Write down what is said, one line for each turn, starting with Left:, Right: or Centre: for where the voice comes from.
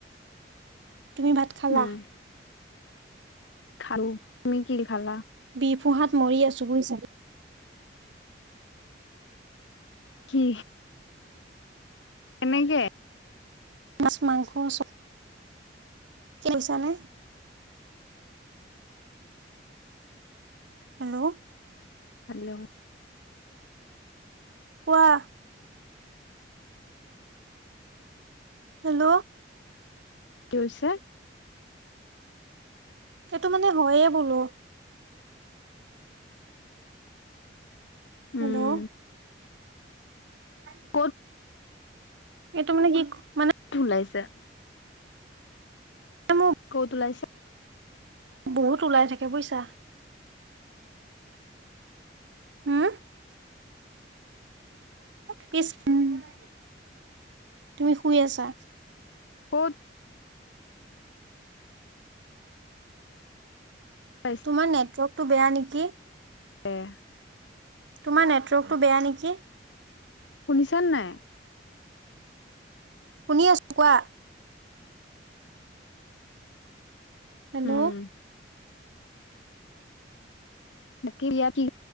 Right: তুমি ভাত খালা
Left: উম খালো তুমি কি খালা
Right: বিফোঁহাত মৰি আছো বুজিছা
Left: কি কেনেকে
Right: মাছ মাংস চব বুজিছা নে হেল্ল
Left: হেল্ল
Right: কোৱা হেল্ল
Left: কি হৈছে
Right: এটো মানে হয়ে বোলো
Left: উম
Right: হেল্ল' আছ
Left: কত?
Right: এইটো মানে কি মানে
Left: থু উলাইছে
Right: তমোক <unintelligible>
Left: ক'ত ওলাইছা
Right: বহুত ওলাই থাকে বুজিছা হম পিছ <unintelligible> তুমি শুই আছা
Left: ক'ত ওলাইছে
Right: তোমাৰ নেটৱৰ্ক টো বেয়া নেকি
Left: <unintelligible>
Right: তোমাৰ নেটৱৰ্কটো বেয়া নেকি
Left: শুনিছন নাই
Right: শুনি আছো কোৱা হেল্ল'
Left: উম বাকী লীয়া কি?